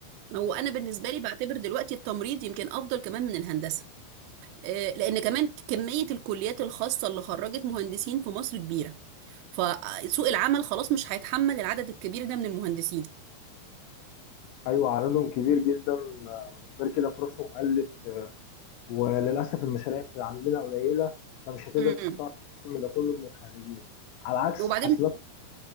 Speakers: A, on the right; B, on the left.
A: هو انا بالنسبه لي بعتبر دلوقتي التمريض يمكن افضل كمان من الهندسه آه، لان كمان كميه الكليات الخاصه اللي خرجت مهندسين في مصر كبيره فسوق العمل خلاص مش هيتحمل العدد الكبير ده من المهندسين
B: ايوه عددهم كبير جدا آه، غير كده فرصهم قلت آه، وللاسف المشاريع في عندنا قليله فمش هتقدر
A: امم
B: تستوعب الكم ده كله من الخريجين على عكس
A: وبعدين
B: حاسبات